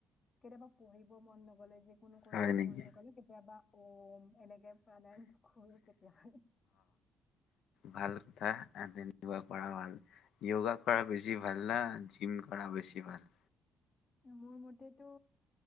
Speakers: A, on the left; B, on the left.
A: কেতিয়াবা পঢ়িব মন নগলে যে। কোনো কৰিব
B: হয় নেকি?
A: মন নগলে কেতিয়াবা অ এনেকে। প্ৰনায়মটো কৰোঁ কেতিয়াবা।
B: ভাল কথা অ তেনেকুৱা কৰা ভাল যয়োগা কৰা বেছি ভাল না আজ জিম কৰা বেছি ভাল।
A: মোৰ মতেতো